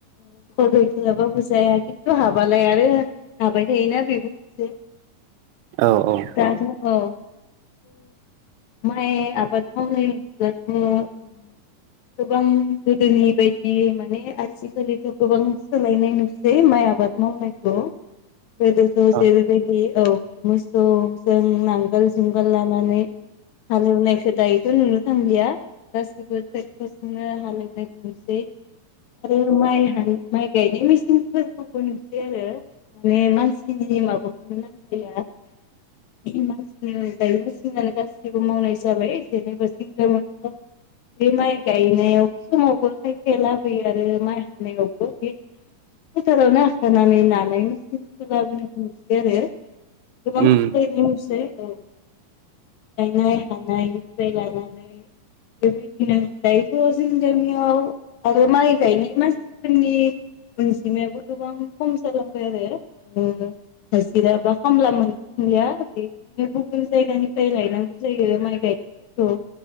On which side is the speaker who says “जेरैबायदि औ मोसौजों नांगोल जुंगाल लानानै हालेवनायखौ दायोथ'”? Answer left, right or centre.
Left